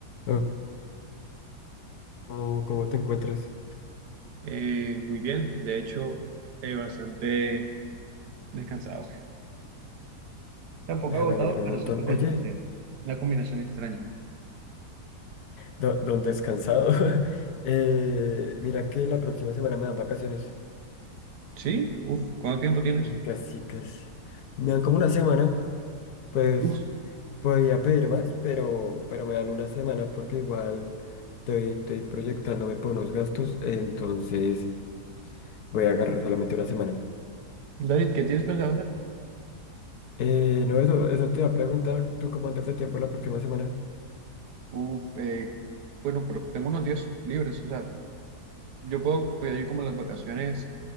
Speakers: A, on the left (about 70°); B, on the right (about 85°).
A: Oh, ¿Cómo, cómo te encuentras?
B: Eh, muy bien, de hecho, eh, bastante descansado. Tampoco
A: Ah,
B: agotado,
A: me alegro un
B: pero
A: montón.
B: siento que
A: Oye,
B: descansé. Una combinación extraña.
A: do- don descansado. <laughs> Eh, mira que la próxima semana me dan vacaciones.
B: ¿Sí? Uf, ¿cuánto tiempo tienes?
A: Y casi, casi. Me dan como una semana. Pues
B: Uf,
A: podía pedir más, pero, pero me dan una semana porque igual estoy, estoy proyectándome por unos gastos. Entonces voy a agarrar solamente una semana.
B: David, ¿qué tienes pensado hacer?
A: Eh, no, eso, eso te iba a preguntar. ¿Tú cómo andas de tiempo la próxima semana?
B: Uf, eh, bueno, pero tengo unos días libres, o sea, yo puedo pedir como las vacaciones